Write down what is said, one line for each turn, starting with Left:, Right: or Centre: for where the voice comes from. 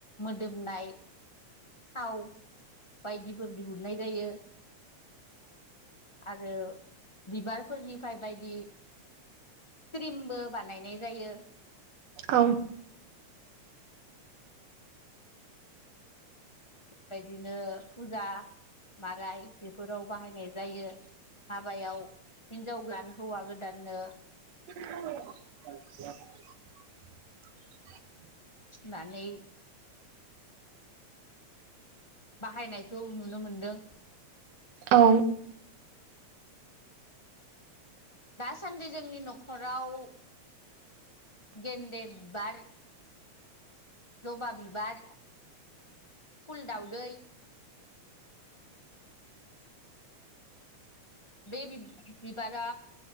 Left: मोदोमनाय थाव बायदिफोर दिहुननाय जायो। आरो बिबार फोरनिफाय बायदि क्रिमबो बानायनाय जायो।
Right: औ।
Left: बेबायदिनो फुजा माराय बेफोराव बाहायनाय जायो। हाबायाव हिनजाव गोदान हौवा गोदाननो
Right: <inaudible>
Left: नानै। बाहायनायखौ नुनो मोनदों।
Right: औ
Left: दासान्दै जोंनि न'खराव गेन्दे बिबार ज'बा बिबार फुल दावदै बे बिब-बिबारा